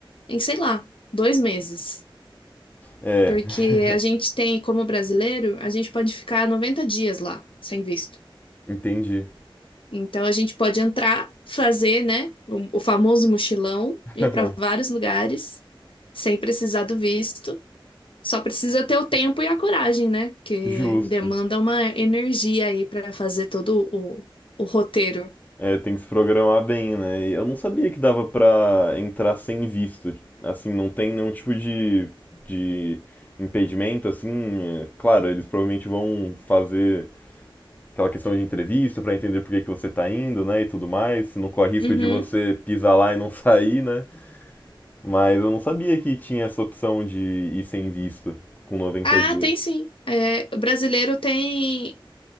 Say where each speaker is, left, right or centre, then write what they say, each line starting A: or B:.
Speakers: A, on the left; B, on the left.
A: em, sei lá, dois meses.
B: É,
A: Porque
B: <laughs>
A: a gente tem, como brasileiro, a gente pode ficar 90 dias lá, sem visto.
B: entendi.
A: Então, a gente pode entrar, fazer, né, o, o famoso mochilão,
B: <laughs>
A: ir para vários lugares, sem precisar do visto. Só precisa ter o tempo e a coragem, né? Porque
B: Justo.
A: demanda uma energia aí para fazer todo o, o roteiro.
B: É, tem que se programar bem, né? E eu não sabia que dava pra entrar sem visto. Assim, não tem nenhum tipo de, de impedimento, assim. é, Claro, eles provavelmente vão fazer aquela questão de entrevista pra entender por que que você tá indo, né? E tudo mais. Não corre risco
A: Uhum.
B: de você pisar lá e não <laughs> sair, né? Mas eu não sabia que tinha essa opção de ir sem visto com noventa
A: Ah,
B: dias.
A: tem sim. É, o brasileiro tem.